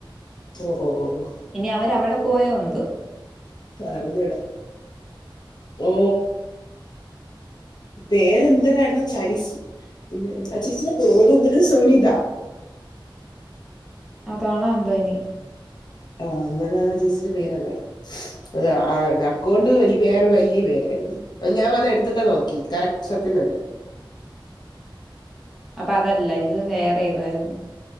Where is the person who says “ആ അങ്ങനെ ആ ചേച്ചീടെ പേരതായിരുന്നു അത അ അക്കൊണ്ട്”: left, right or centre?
Left